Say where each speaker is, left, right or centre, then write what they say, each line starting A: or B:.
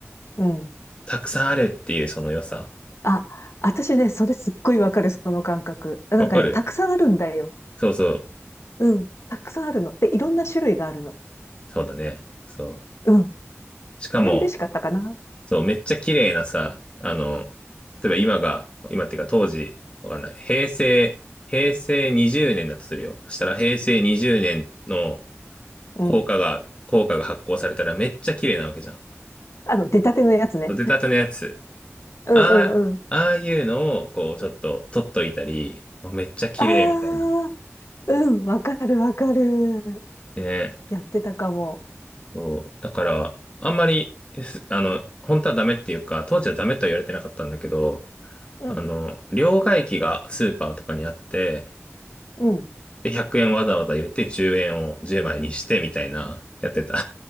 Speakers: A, on the left; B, on the left.
A: うん。
B: たくさんあるっていうその良さ。
A: あ、私ね、それすっごいわかる、その感覚。なんかね、
B: わかる
A: たくさんあるんだよ。
B: そうそう。
A: うん。たくさんあるの。で、いろんな種類があるの。
B: そうだね。そう。
A: うん。
B: しかも、
A: あれは嬉しかったかな。
B: そう、めっちゃ綺麗なさ、あの、例えば今が、今っていうか当時、わかんない。平成、平成20年だとするよ。そしたら平成20年の
A: うん。
B: 硬貨が、硬貨が発行されたらめっちゃ綺麗なわけじゃ
A: あの、出たてのやつね。
B: ん。出たてのやつ。
A: うんうんうん。
B: ああ、ああいうのを、こう、ちょっと取っといたり、めっちゃ綺麗みたいな。
A: ああ、うん。わかるわかる。
B: ね
A: やってたかも。
B: そう。だから、あんまり、すあの、本当はダメっていうか、当時はダメとは言われてなかったんだけど、
A: うん。
B: あの、両替機がスーパーとかにあって、
A: うん。
B: で、100円わざわざ入れて10円を10枚にしてみたいな、やってた。